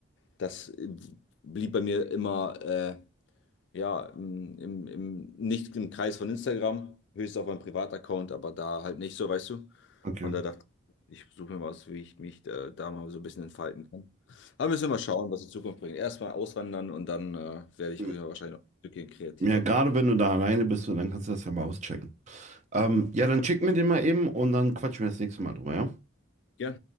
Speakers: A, on the left; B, on the right.
A: das äh, blieb bei mir immer äh, ja, im, im, im, nicht im Kreis von Instagram, höchstens auf meinem Privataccount, aber da halt nicht so, weißt du.
B: okay.
A: Und da dachte ich, ich suche mir was, wie ich mich äh, da mal so ein bisschen entfalten kann. Aber müssen wir mal schauen, was die Zukunft bringt. Erstmal auswandern und dann äh, werde ich
B: Mhm.
A: auf jeden Fall wahrscheinlich noch ein Stückchen kreativer.
B: Ja, gerade wenn du da alleine bist, so, dann kannst du das ja mal auschecken. Ähm, ja, dann schick mir den mal eben und dann quatschen wir das nächste Mal drüber, ja?
A: Ja.